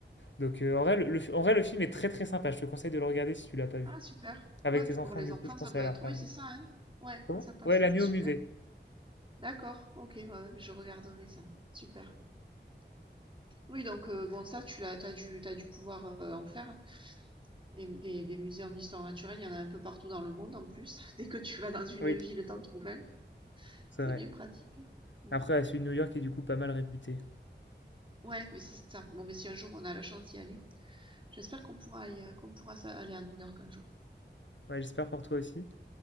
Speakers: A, on the left (about 80°); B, on the right (about 25°).
A: Donc, euh, en vrai, le, le- en vrai, le film est très très sympa. Je te conseille de le regarder si tu l'as pas vu.
B: Ah super.
A: Avec
B: Ouais,
A: tes
B: puis
A: enfants,
B: pour les
A: du
B: enfants,
A: coup, je
B: ça
A: pense
B: doit
A: à leur
B: être
A: faire.
B: oui, c'est ça, hein? Ouais,
A: Comment?
B: ça, ça passe,
A: Ouais, La
B: ah
A: nuit
B: super.
A: au musée.
B: D'accord, OK, ouais, ouais, je regarderai ça. Super. Oui donc heu, bon ça, tu l'as t'as dû t'as dû pouvoir, heu, en faire? Des, des, des muséums d'histoire naturelle, il y en a un peu partout dans le monde en plus. <laughs> Dès que tu vas dans une
A: Oui,
B: ville, t'en trouves un.
A: c'est
B: C'est
A: vrai.
B: bien pratique. Mm.
A: Après, ouais, celui de New York est du coup pas mal réputé.
B: Ouais, mais c'est ça. Bon, mais si un jour on a la chance d'y aller, j'espère qu'on pourra y- euh, qu'on pourra aller à New York un jour.
A: Ouais, j'espère pour toi aussi.